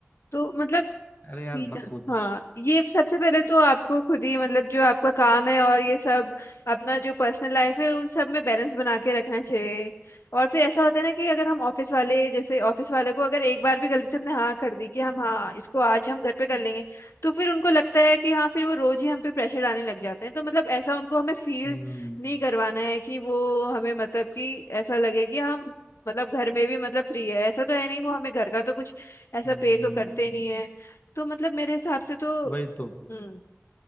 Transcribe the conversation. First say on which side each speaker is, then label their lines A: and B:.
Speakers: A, on the left; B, on the left.
A: तो मतलब
B: अरे यार
A: ठीक
B: मत
A: है।
B: पूछ
A: हाँ ये सबसे पहले तो आपको खुद ही मतलब जो आपका काम है और ये सब अपना जो पर्सनल लाइफ है उन सब में बैलेंस बना के रखना चाहिए और फिर ऐसा होता है ना कि अगर हम ऑफिस वाले जैसे ऑफिस वाले को अगर एक बार भी गलती से हमने हाँ कर दी कि हम हाँ इसको आज हम घर पे कर लेंगे तो फिर उनको लगता है कि हाँ फिर वो रोज ही हम पे प्रेशर डालने लग जाते हैं तो मतलब ऐसा उनको हमें फील
B: हम्म
A: नहीं करवाना है कि वो हमें मतलब कि ऐसा लगे कि हम मतलब घर में भी मतलब फ्री है ऐसा तो है नहीं वो हमें घर का तो कुछ ऐसा
B: हम्म
A: पे तो करते नहीं है तो मतलब मेरे हिसाब से तो
B: वही तो
A: हम्म